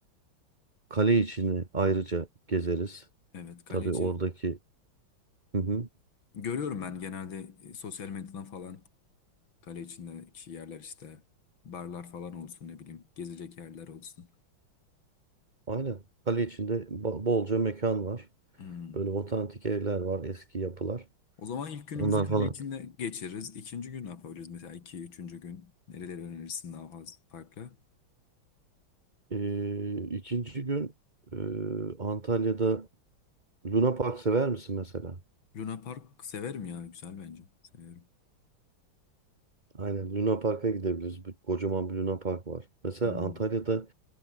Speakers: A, on the right; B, on the left.
A: kale içini ayrıca gezeriz.
B: Evet Kaleci.
A: Tabii oradaki... Hı hı.
B: Görüyorum ben genelde e, sosyal medyadan falan kale içindeki yerler işte barlar falan olsun ne bileyim gezecek yerler olsun.
A: Aynen. Kale içinde ba- bolca mekan var.
B: Hmm.
A: Böyle otantik evler var, eski yapılar.
B: O zaman ilk günümüzü
A: Onlar
B: kale
A: falan.
B: içinde geçiririz. İkinci gün ne yapabiliriz? Mesela iki, üçüncü gün nereleri önerirsin daha fazla farklı?
A: Ee, ikinci gün e, Antalya'da Luna Park sever misin mesela?
B: Luna Park severim ya. Güzel bence. Severim.
A: Aynen Luna Park'a gidebiliriz. Bir- kocaman bir Luna Park var. Mesela
B: Hmm.
A: Antalya'da